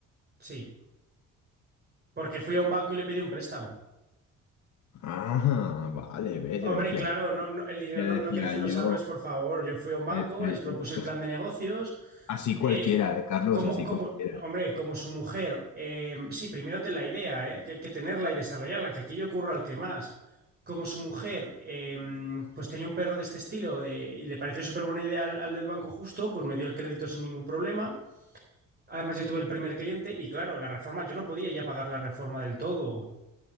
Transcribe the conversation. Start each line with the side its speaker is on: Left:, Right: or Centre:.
Right: sí, porque fui a un banco y le pedí un préstamo.
Left: Ah, vale, ves,
Right: Hombre,
Left: ya decía,
Right: claro, no, no- el dinero
Left: ya
Right: no,
Left: decía
Right: no crece en
Left: yo,
Right: los árboles, por favor. Yo fui a un banco,
Left: ya decía
Right: les propuse
Left: yo. Pues
Right: el plan de negocios.
Left: así cualquiera,
Right: eh,
Left: eh, Carlos,
Right: como,
Left: así
Right: como,
Left: cualquiera.
Right: hombre, como su mujer, eh, sí, primero ten la idea, eh, que que tenerla y desarrollarla, que aquello ocurra al que más. Como su mujer, eh, pues tenía un perro de este estilo de- y le pareció súper buena idea al, al del banco justo, pues me dio el crédito sin ningún problema. Además, ya tuve el primer cliente y claro, la reforma, yo no podía ya pagar la reforma del todo.